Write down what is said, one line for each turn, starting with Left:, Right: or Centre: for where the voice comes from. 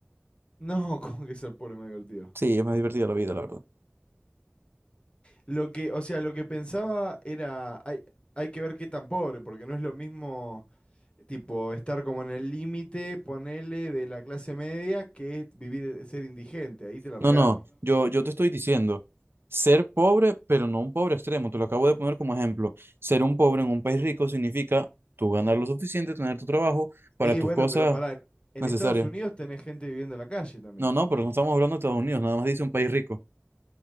Left: No, <laughs> ¿cómo que ser pobre me divertido?
Right: Sí, es más divertida la vida, la verdad.
Left: Lo que, o sea, lo que pensaba era, hay, hay que ver qué tan pobre, porque no es lo mismo, tipo, estar como en el límite, ponele, de la clase media, que es vivir, ser indigente, ahí te la
Right: No,
Left: regalo.
Right: no, yo, yo te estoy diciendo, ser pobre, pero no un pobre extremo, te lo acabo de poner como ejemplo. Ser un pobre en un país rico significa tú ganar lo suficiente, tener tu trabajo para
Left: Y
Right: tus
Left: bueno,
Right: cosas
Left: pero pará, en
Right: necesarias.
Left: Estados Unidos tenés gente viviendo en la calle también.
Right: No, no, pero no estamos hablando de Estados Unidos, nada más dice un país rico.